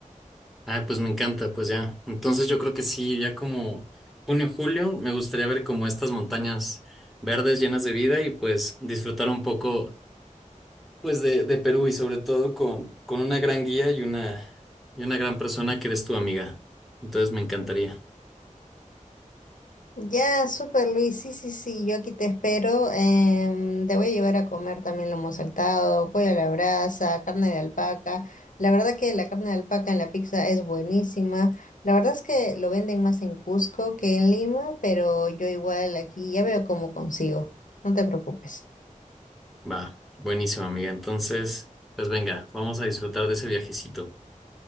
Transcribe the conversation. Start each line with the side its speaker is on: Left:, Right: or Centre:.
Centre: Ah, pues me encanta, pues ya. Entonces yo creo que sí, ya como junio, julio, me gustaría ver como estas montañas verdes llenas de vida y pues disfrutar un poco pues de, de Perú y sobre todo con, con una gran guía y una, y una gran persona que eres tu amiga. Entonces me encantaría.
Left: Ya, súper Luis, sí, sí, sí, yo aquí te espero. em, te voy a llevar a comer también lomo saltado, pollo a la brasa, carne de alpaca. La verdad que la carne de alpaca en la pizza es buenísima. La verdad es que lo venden más en Cusco que en Lima, pero yo igual aquí ya veo cómo consigo. No te preocupes.
Centre: Va, buenísimo amiga. Entonces, pues venga, vamos a disfrutar de ese viajecito.